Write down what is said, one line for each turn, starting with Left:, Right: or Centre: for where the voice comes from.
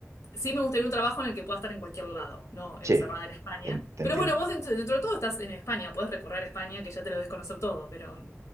Left: sí me gustaría un trabajo en el que pueda estar en cualquier lado, no
Right: Sí,
Left: encerrada en España.
Right: te, te
Left: Pero
Right: entiendo.
Left: bueno, vos dentro, dentro de todo estás en España, podés recorrer España, que ya te lo debes conocer todo, pero...